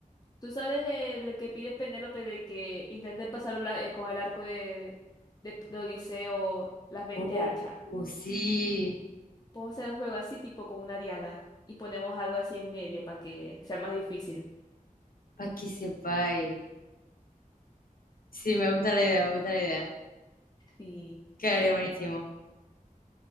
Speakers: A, on the left; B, on the left.
A: Tú sabes el que pide Penélope de que intente pasar un la- eh, con el arco de, de, de Odiseo las 20
B: Uh,
A: hachas.
B: uh, sí,
A: Podemos hacer un juego así, tipo con una diana. Y ponemos algo así en medio para que sea más difícil.
B: para que sepáis. Sí, me gusta la idea, me gusta la idea.
A: Sí.
B: Quedaría
A: Oh,
B: buenísimo.